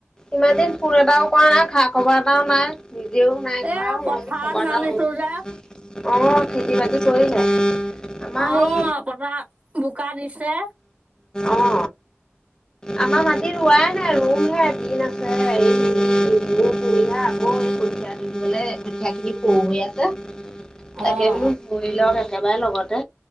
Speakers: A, on the left; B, on the right.
A: ইমান দিন ফোন এটাও কৰা নাই খা খবৰ এটাও নাই নিজেও নাই
B: এ
A: কৰা আও
B: পথাৰত
A: মই বোলো খবৰ
B: নামিছো
A: এটা লও চোন।
B: যে।
A: অ', খেতি বাতি কৰিলে? আমাৰ
B: অ'
A: সেই
B: পথাৰত বোকা দিছে।
A: অ', আমাৰ মাটি ৰুৱাই <inaudible> থাকি <unintelligible> আছে, তাকে
B: অ'
A: বোলো কৰি লওক একেবাৰে লগতে